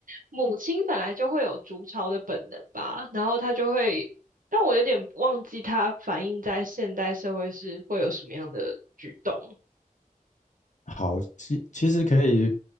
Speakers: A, on the right (about 65°); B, on the left (about 55°).
A: 母亲本来就会有筑巢的本能吧，然后它就会，但我有点忘记它反映在现代社会是会有什么样的举动。
B: 好，其其实可以